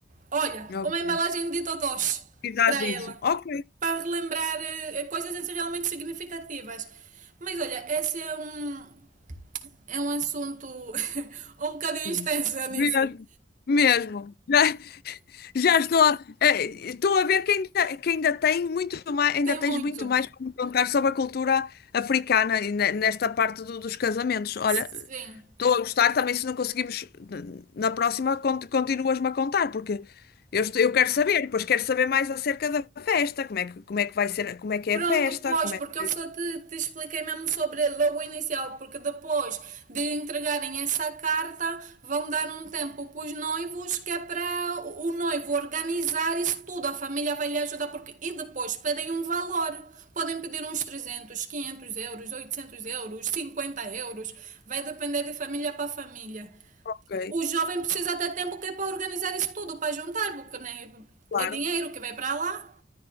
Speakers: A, on the right; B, on the left.
A: Olha,
B: Ok.
A: uma embalagem de totós
B: E dás
A: para
B: isso.
A: ela.
B: Ok.
A: Para relembrar eh, coisas assim realmente significativas. Mas olha, esse é um, é um assunto <laughs> um bocadinho
B: Sim.
A: extenso, Anice.
B: Mesmo. Mesmo. <laughs> Já estou a, eh, estou a ver que ainda, que ainda tem muito mais, ainda
A: Tem
B: tens
A: muito.
B: muito mais para me contar sobre a cultura africana e ne- nesta parte do- dos casamentos. Olha,
A: Sim.
B: estou a gostar também se não conseguimos eh, na próxima cont- continuas-me a contar, porque eu, estou- eu quero saber, depois quero saber mais acerca da festa, como é que, como é que vai ser, como é que
A: Pronto,
B: é a festa,
A: pois,
B: como
A: porque
B: é
A: eu
B: que,
A: só te, te expliquei mesmo sobre logo inicial, porque depois de entregarem essa carta, vão dar um tempo para os noivos, que é para o noivo organizar isso tudo, a família vai lhe ajudar, porque e depois pedem um valor, podem pedir uns 300 500 euros, 800 euros, 50 euros, vai depender de família para família.
B: ok,
A: O jovem precisa ter tempo que é para organizar isso tudo, para juntar, porque né,
B: claro.
A: é dinheiro que vai para lá.